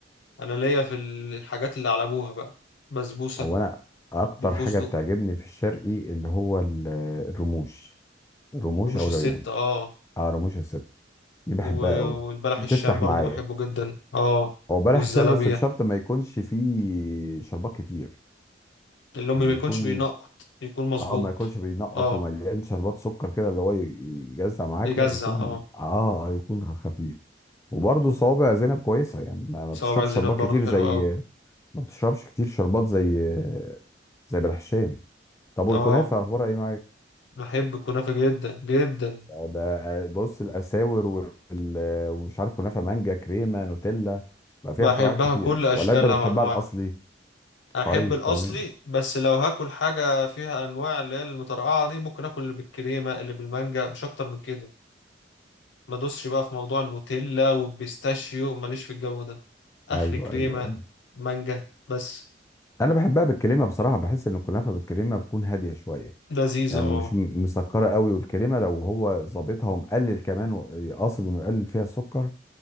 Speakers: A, on the left; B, on the left.
A: أنا ليا في الحاجات اللي على أبوها بقى بسبوسة
B: أو أنا أكتر
A: بالفستق
B: حاجة بتعجبني في الشرقي اللي هو ال- الرموش الرموش
A: رموش
B: أو
A: الست
B: العيون
A: اه
B: حرموش الست دي بحبها
A: و-
B: قوي
A: والبلح
B: بتفتح
A: الشام برضو
B: معايا
A: بحبه جدا اه
B: هو بلح
A: والزلابية
B: الشام بس بشرط ما يكونش فيه شربات كتير
A: اللي أمي
B: يعني
A: ما يكونش
B: يكون
A: بينقط يكون مظبوط
B: اه ما يكونش بينقط
A: اه
B: ومليان شربات سكر كده اللي هو ي- يجزع معاك
A: يجزع
B: لا يكون
A: اه
B: اه آه، يكون خفيف وبرضه صوابع زينب كويسه يعني ما ما
A: صوابع
B: بتشربش
A: زينب
B: شربات
A: برضو
B: كتير
A: حلو
B: زي
A: أوي
B: ما بتشربش كتير شربات زي زي بلح الشام طب والكنافه
A: اه
B: اخبارها ايه معاك
A: بحب الكنافة جدا جدا
B: ده ده بص الاساور وال- ومش عارف كنافه مانجا كريمه نوتيلا بقى
A: بحبها
B: فيها اختراعات كتيره
A: بكل أشكالها
B: ولا انت بتحبها
A: وأنواعها
B: الاصلي
A: احب
B: طيب
A: الاصلي
B: تمام
A: بس لو هاكل حاجه فيها انواع اللي هي المترقعه دي ممكن اكل اللي بالكريمه اللي بالمانجا مش اكتر من كده ما ادوسش بقى في موضوع النوتيلا والبيستاشيو ماليش في الجو ده اخري
B: ايوه
A: كريمه
B: ايوه ايوه
A: مانجا بس
B: انا بحبها بالكريمه بصراحه بحس ان الكنافه بالكريمه بتكون هاديه شويه
A: لذيذه
B: يعني
A: اه
B: مش م- مسكره قوي والكريمه لو هو ظابطها ومقلل كمان و- قاصد انه يقلل فيها السكر